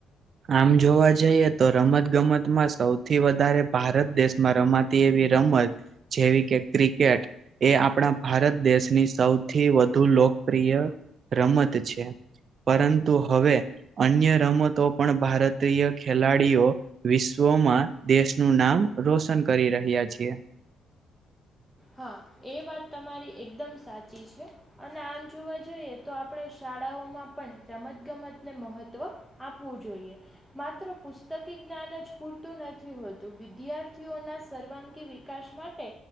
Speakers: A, on the right; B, in the centre.
A: આમ જોવા જઈએ તો, રમત ગમતમાં સૌથી વધારે ભારત દેશમાં રમત તેવી રમત જેવી કે, ક્રિકેટ. એ આપણા ભારત દેશની સૌથી વધુ લોકપ્રિય રમત છે. પરંતુ હવે, અન્ય રમતો પણ ભારતીય ખેલાડીઓ. વિશ્વમાં દેશનું નામ રોશન કરી રહ્યા છીએ.
B: હા, એ વાત તમારી એકદમ સાચી છે. અને આમ જોવા જઈએ તો, આપણે શાળાઓમાં પણ રમત ગમતને મહત્વ આપવું જોઈએ. માત્ર પુસ્તકી જ્ઞાન જ પૂરતું નથી હોતું, વિદ્યાર્થીઓના સર્વાંગી વી વિકાસ માટે